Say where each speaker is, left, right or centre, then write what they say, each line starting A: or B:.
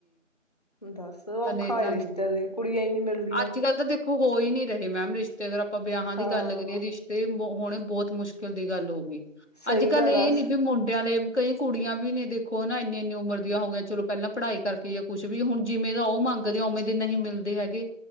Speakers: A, on the left; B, on the left.
A: ਦੱਸ। ਔਖਾ
B: ਹੇ ਤਾਂ
A: ਏ
B: ਨੀ
A: ਰਿਸ਼ਤੇ ਦੇ ਕੁੜੀਆਂ ਈ ਨੀ ਮਿਲਦੀਆਂ।
B: ਅੱਜ-ਕੱਲ ਤਾਂ ਦੇਖੋ ਹੋ ਹੀ ਨੀ ਰਹੇ ਮੈਮ ਰਿਸ਼ਤੇ ਆਪਾਂ ਵਿਆਹਾਂ ਦੀ
A: ਹਾਂ
B: ਗੱਲ ਕਰੀਏ ਰਿਸ਼ ਤੇ ਹੁਣੇ ਬਹੁਤ ਮੁਸ਼ਕਿਲ ਦੀ ਗੱਲ ਹੋ ਗਈ।
A: ਸਹੀ
B: ਅੱਜ-ਕੱਲ
A: ਗੱਲ
B: ਇਹ
A: ਆ
B: ਨੀ ਵੀ ਮੁੰਡਿਆਂ ਦੇ ਕਈ ਕੁੜੀਆਂ ਵੀ ਨੇ ਦੇਖੋ ਨਾ ਇੰਨੀ-ਇੰਨੀ ਉਮਰ ਦੀਆਂ ਹੋ ਗਈਆਂ, ਚਲੋ ਪਹਿਲਾਂ ਪੜ੍ਹਾਈ ਕਰਕੇ ਜਾਂ ਕੁਛ ਵੀ ਹੁਣ ਜਿਵੇਂ ਉਹ ਮੰਗਦੇ ਉਵੇਂ ਦਿਨ ਹੀਂ ਮਿਲਦੇ ਹੈਗੇ,